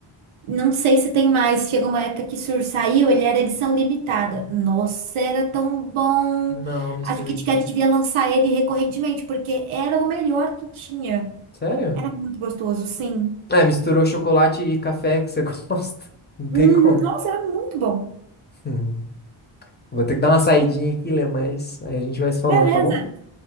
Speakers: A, on the right; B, on the left.
A: Não sei se tem mais. Chega uma época que Sur saiu, ele era edição limitada. Nossa, era tão bom.
B: Não, não experimentei.
A: Acho que Kit Kat devia lançar ele recorrentemente, porque era o melhor que tinha.
B: Sério?
A: Era muito gostoso, sim.
B: Ah, misturou chocolate e café que você <laughs> gosta. Não tem
A: Uhum,
B: como.
A: Nossa, era muito bom.
B: Uhum. Vou ter que dar uma saidinha aqui, Lê, mas aí a gente vai se falando,
A: Beleza.
B: tá bom?